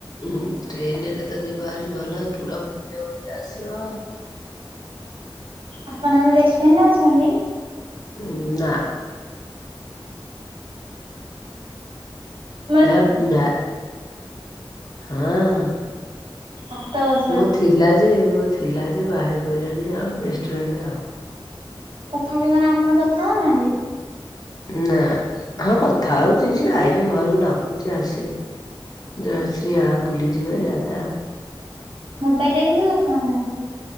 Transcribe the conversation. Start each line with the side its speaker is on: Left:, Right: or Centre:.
Left: ହୁଁ ଟ୍ରେନ ରେ ତ ଯିବା ଭାରି ଭଲ ପୁରା ବୁଲିବା ବୁଲି ଆସିବ।
Right: ଆପଣର ବେଷ୍ଟଫ୍ରେଣ୍ଡ ଅଛନ୍ତି?
Left: ଉମ ନା।
Right: ହ
Left: <inaudible> ହଁ
Right: ସାତ ବର୍ଷ
Left: ମୋ ଥିଲା ଯେ ମୋ ଥିଲା ଯେ ବାହା ହେଇ ପଡ଼ିଲେଣି ଆଉ, ବ୍ୟସ୍ତ ରହିଲେ ଆଉ।
Right: ତଥାପି କଣ ଆପଣ କଥା ହଉନାହାନ୍ତି?
Left: ନା, ହଁ କଥା ହଉଛି ଯେ, ଆଇଲେ ଘରକୁ ଡାକୁଛି ଆସେ ଜୟଶ୍ରୀ ଆ ବୁଲିଯିବା ୟାତା,
Right: ମୋବାଇଲରେ କିନ୍ତୁ କଥା ହେଉ ନାହାନ୍ତି?